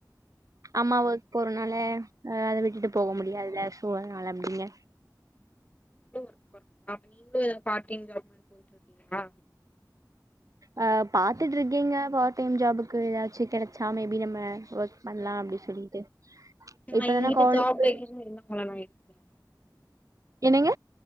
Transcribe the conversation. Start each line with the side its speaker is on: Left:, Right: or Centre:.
Right: அம்மா ஒர்க் போறனால ஆ அத விட்டுட்டு போக முடியாதுல சோ அதனால அப்டிங்க
Left: <inaudible> அப்ப நீங்களு பார்ட் டைம் ஜாப் மாரி போயிட்ருக்கீங்ளா
Right: ஆ பாத்துட்டுருக்கீங்க பார்ட் டைம் ஜாபுக்கு ஏதாச்சு கடைச்சா மேபி நம்ம வெக் பண்ணலாம் அப்டி சொல்லிட்டு
Left: நான்
Right: இப்பதான
Left: எங்கிட்ட
Right: காலேஜ்
Left: ஜாப்
Right: போய்
Left: வைக்கன்னு <unintelligible>
Right: என்னங்க